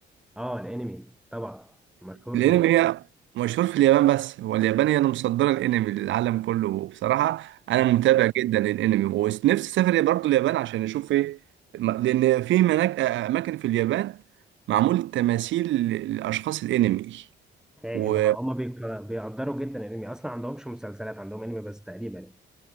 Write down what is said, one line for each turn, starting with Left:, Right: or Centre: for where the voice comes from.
Centre: اه الانمي طبعا مشهور
Right: الانمي
Centre: جدا
Right: هي مشهور في اليابان بس هو اليابان هي اللي مصدره الانمي للعالم كله وبصراحه انا
Centre: آه،
Right: متابع جدا للانمي ونفسي اسافر برضه اليابان عشان اشوف ايه م- لان في هناك اماكن في اليابان معمول تماثيل لاشخاص الانمي
Centre: فاهم
Right: و
Centre: اه هما بيق- بيقدروا جدا الانمي اصلا عندهمش مسلسلات عندهم انمي بس تقريبا يعني